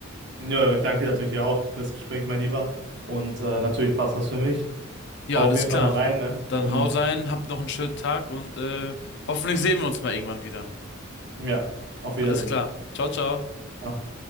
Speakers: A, on the right; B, on the left.
A: Ja, ich danke dir natürlich auch fürs Gespräch, mein Lieber. Und äh, natürlich passt das für mich.
B: Ja,
A: Hau
B: alles
A: auf jeden
B: klar.
A: Fall mal rein, ne?
B: Dann
A: Und
B: haut rein, habt noch einen schönen Tag und äh, hoffentlich sehen wir uns mal irgendwann wieder.
A: Ja, auf Wiedersehen.
B: Alles klar. Ciao, ciao.
A: Ja.